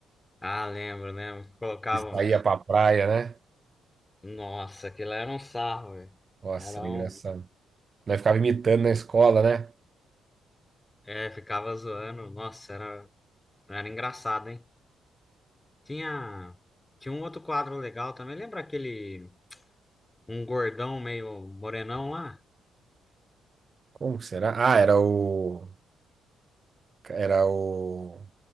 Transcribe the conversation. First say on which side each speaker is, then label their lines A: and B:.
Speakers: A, on the left; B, on the right.
A: Ah, lembro, lembro. que Colocavam.
B: Que saía pra praia, né?
A: Nossa, aquilo era um sarro, velho.
B: Nossa,
A: Era
B: era
A: um.
B: engraçado. Nós ficava imitando na escola, né?
A: É, ficava zoando. Nossa, era, era engraçado, hein? Tinha. Tinha um outro quadro legal também. Lembra aquele. Um gordão meio morenão lá?
B: Como que será? Ah, era o. Era o